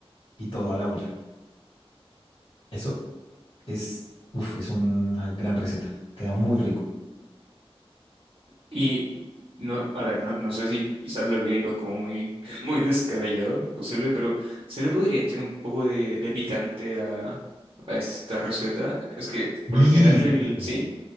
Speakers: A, on the left; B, on the right.
A: y todo a la olla. Eso es, uf, es una gran receta. Queda muy rico.
B: Y no, a ver, no, no sé si quizás lo que digo es como muy, <laughs> muy descabellado, es posible, pero se le podría echar un poco de, de picante a, a esta receta. Es que
A: Sí,
B: por lo general
A: sí,
B: el...
A: sí.
B: ¿Sí?